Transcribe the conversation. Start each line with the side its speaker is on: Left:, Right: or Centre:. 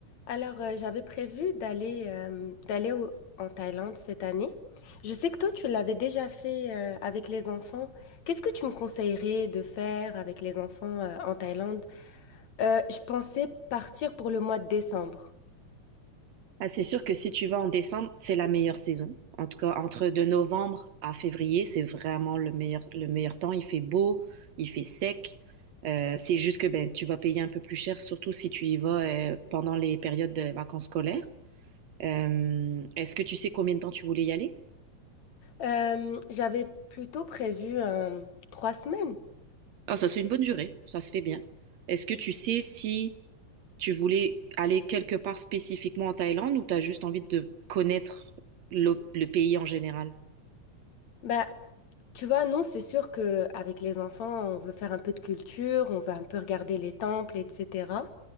Left: Alors, euh, j'avais prévu d'aller euh, d'aller au- en Thaïlande cette année. Je sais que toi, tu l'avais déjà fait euh, avec les enfants. Qu'est-ce que tu me conseillerais de faire avec les enfants euh, en Thaïlande? Euh, je pensais partir pour le mois de décembre.
Right: Ah, c'est sûr que si tu vas en décembre, c'est la meilleure saison. En tout cas, entre de novembre à février, c'est vraiment le meilleur, le meilleur temps. Il fait beau, il fait sec. Euh, c'est juste que ben, tu vas payer un peu plus cher, surtout si tu y vas euh, pendant les périodes de vacances scolaires. Euh, est-ce que tu sais combien de temps tu voulais y aller?
Left: Euh, j'avais plutôt prévu euh, trois semaines.
Right: Ah, ça, c'est une bonne durée. Ça se fait bien. Est-ce que tu sais si tu voulais aller quelque part spécifiquement en Thaïlande ou tu as juste envie de connaître le le pays en général?
Left: Bah, tu vois, nous, c'est sûr que avec les enfants, on veut faire un peu de culture, on veut un peu regarder les temples, etc.